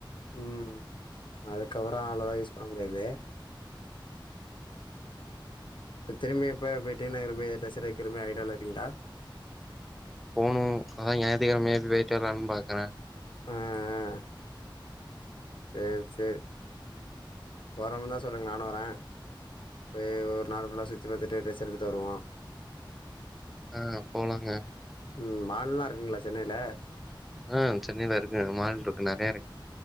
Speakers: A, on the left; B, in the centre.
A: ம் அதுக்கவறொ அவ்ளோதா யூஸ் பண்ண முடியாது இப்போ திரும்பி இப்போ போய்ட்டு டீ நகர் போய் டிரஸ் எடுக்குற மாதிரி ஐடியாவ்ல இருகிங்களா
B: போனூ அதா ஞாயத்துக்கெழமையே போயிட்டு வரலாம்னு பாக்குற
A: ஆஆ சேரி சேரி போறோம்னா சொல்லுங்க நானு வரே போய் ஒரு நாள் ஃபுல்லா சுத்தி பார்த்துட்டு ட்ரஸ் எடுத்துட்டு வருவோ
B: ஆ போலாங்க
A: ம் மால்லாஇருக்குங்ளா சென்னையில
B: ம் சென்னைல இருக்குங்க மால்ருக்கு நறைய இருக்கு